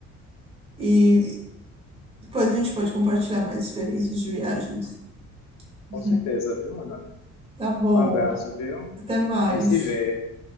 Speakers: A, on the right; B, on the left.
A: e depois a gente pode compartilhar mais experiências de viagens. <laughs>
B: Com certeza, viu, Ana?
A: Tá bom.
B: Um abraço, viu?
A: Até mais.
B: A gente se vê.